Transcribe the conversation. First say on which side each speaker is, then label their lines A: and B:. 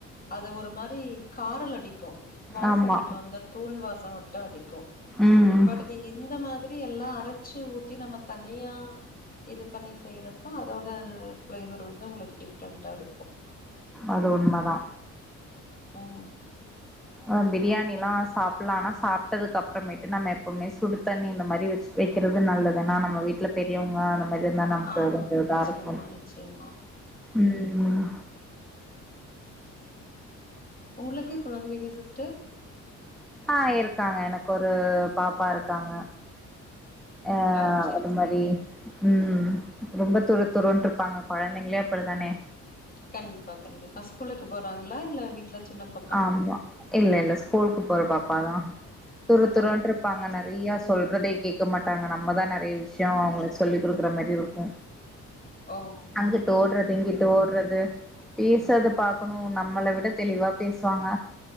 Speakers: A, on the left; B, in the centre.
A: அது ஒரு மாரி காரல் அடிக்கு வாசோ
B: ஆமா
A: அடிக்கு அந்த தூள் வாசம் மட்டு அடிக்கு
B: ம் ம்
A: பட்டு நீங்க இந்த மாதிரியெல்லா அரைச்சு ஊத்தி நம்ம தனியா இது பண்ணி செய்றப் ப அதோட ஃப்ளேவர் வந்து உங்களுக்கு டிஃப்ரெண்ட்டாருக்கு
B: அது உண்ம தா
A: ம்
B: ம் பிரியாணியெல்லா சாப்பிட்லா ஆனா சாப்பிட்டதுக்கு அப்புறமேட்டு நம்ம எப்பவுமே சுடு தண்ணி இந்த மாறி வச்சு வெக்கிறது நல்லதுன்னா நம்ம வீட்ல பெரியவங்க நம் இந்தமேரி இருந்தா நமக்கு
A: ஆமாங்க.
B: கொஞ்சோ இதாருக்கு
A: நிச்சயமா, நிச்சயமா.
B: ம் ம் ம்
A: உங்ளுக்கு கொழந்தைங்க சிஸ்டர்
B: அ இருக்காங்க எனக்கு ஒரு பாப்பாருக்காங்க அ
A: ஓ! சரி,
B: அது
A: சரிங்க.
B: மாறி ம் ரொம்ப துரு துருன்ட்டு இருப்பாங்க கொழந்தைங்களே அப்டிதான
A: கண்டிப்பா கண்டிப்பா ஸ்கூலுக்கு போறாங்களா இல்ல வீட்ல சின்னப்
B: ஆமா இல்லல்ல ஸ்கூலுக்கு போற பாப்பாதா துரு துருன்ட்ருப்பாங்க
A: ஓ! சரி,
B: நறைய
A: சரி.
B: சொல்றதே கேக் இருக்க மாட்டாங்க நம்மதா நறைய விஷ்யோ அவுங்ளுக் சொல்லி் குடுக்குற மரி இருக்கு
A: ஓ
B: அங்குட்டு
A: சரி
B: ஓட்றது
A: சரி
B: இங்குட்டு
A: சரிங்க
B: ஓட்றது பேசறத பாக்கணோ நம்மள விட தெளிவா பேசுவாங்க